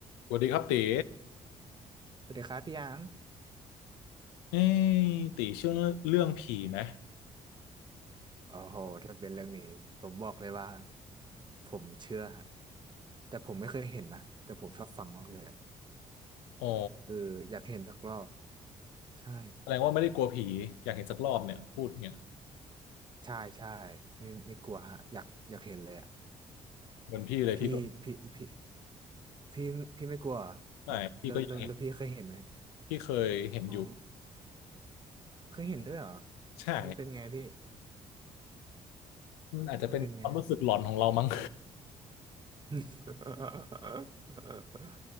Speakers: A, on the left; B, on the right.
A: สวัสดีครับตี
B: สวัสดีครับพี่หยาม
A: เอ้ยตีเชื่อเรื่องผีไหม
B: โอ้โหถ้าเป็นเรื่องนี้ผมบอกเลยว่าผมเชื่อฮะ แต่ผมไม่เคยเห็นนะแต่ผมชอบฟังมากเลย
A: อ๋อ
B: คืออยากเห็นสักรอบ ใช่
A: แสดงว่าไม่ได้กลัวผีอยากเห็นสักรอบเนี่ยพูดเนี่ย
B: ใช่ใช่ไม่ไม่กลัวฮะ อยากอยากเห็นเลยอ่ะ
A: เหมือนพี่เลยพี่ก็
B: พี่พี่พี่พี่พี่ไม่กลัวเหรอแล้วแล้วแล้วแล้วพี่เคยเห็นไหม
A: ไม่พี่ก็อยากเห็นพี่เคยเห็นอยู่
B: อ๋อเคยเห็นด้วยเหรอ
A: ใช่
B: มันเป็นไงพี่
A: มันอาจจะเป็นความรู้สึกหลอนของเรามั้ง
B: มันเป็นไงฮะ <laughs>